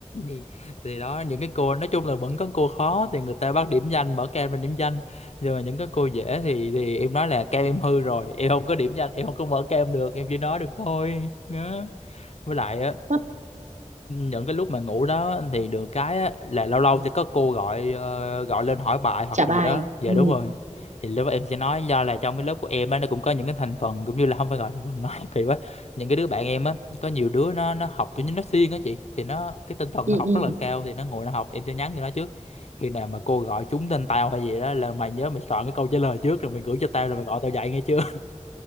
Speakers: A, on the left; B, on the right.
A: thì, thì đó những cái cô nói chung là vẫn có cô khó thì người ta bắt điểm danh mở cam lên điểm danh nhưng mà những cái cô dễ thì thì em nói là cam em hư rồi em không có điểm danh em không có mở cam được em chỉ nói được thôi đó với lại á
B: Hất,
A: những cái lúc mà ngủ đó thì được cái á, là lâu lâu sẽ có cô gọi ờ, gọi lên hỏi bài hoặc
B: trả
A: cái
B: bài
A: gì đó dạ
B: ừ.
A: đúng rồi thì lúc đó em sẽ nói do là trong cái lớp của em á nó cũng có những cái thành phần cũng như là không phải gọi là thành phần <laughs> nói kỳ quá những cái đứa bạn em á có nhiều đứa nó nó học giống như nó siêng á chị thì nó cái tinh thần
B: Ừ,
A: nó học
B: ừ.
A: rất là cao thì nó ngồi nó học em sẽ nhắn cho nó trước khi nào mà cô gọi trúng tên tao hay gì đó là mày nhớ mày soạn cái câu trả lời trước rồi mày gửi cho tao rồi mày gọi tao dậy nghe chưa